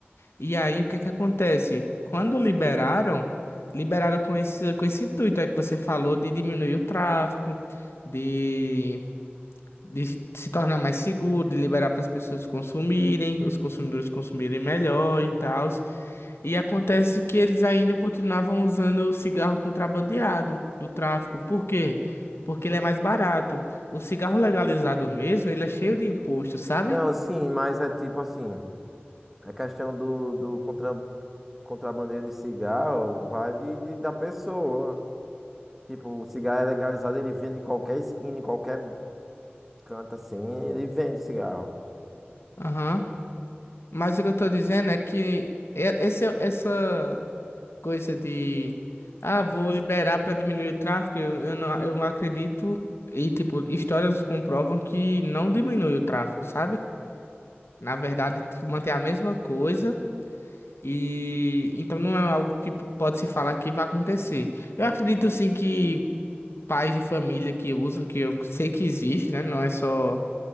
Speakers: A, on the left (about 80°); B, in the centre.
A: E aí, o que é que acontece? Quando liberaram, liberaram com esse, com esse intuito aí que você falou de diminuir o tráfico, de, de se tornar mais seguro, de liberar para as pessoas consumirem, os consumidores consumirem melhor e tal. E acontece que eles ainda continuavam usando o cigarro contrabandeado do tráfico. Por quê? Porque ele é mais barato. O cigarro legalizado mesmo, ele é cheio de imposto, sabe?
B: Não, sim, mas é tipo assim, a questão do, do contra, contrabandeiro de cigarro vai de, de- da pessoa. Tipo, o cigarro é legalizado, ele vende em qualquer esquina, em qualquer canto assim, ele vende cigarro.
A: Aham. Mas o que eu tô dizendo é que e- esse- essa coisa de ah, vou liberar para diminuir o tráfego, eu, eu não, eu não acredito. E, tipo, histórias comprovam que não diminui o tráfego, sabe? Na verdade, t- mantém a mesma coisa. E então não é algo que p- pode se falar que vai acontecer. Eu acredito sim que pais de família que usam, que eu sei que existe, né? Não é só,